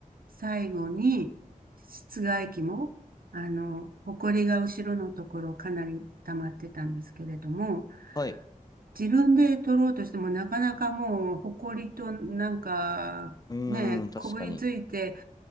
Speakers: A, on the right; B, on the left.
A: 最後に、室外機も、あの、埃が後ろのところかなり溜まってたんですけれども、
B: はい。
A: 自分で取ろうとしてもなかなかもう、埃となんか、
B: うーん、
A: ね、
B: 確かに。
A: こぶりついて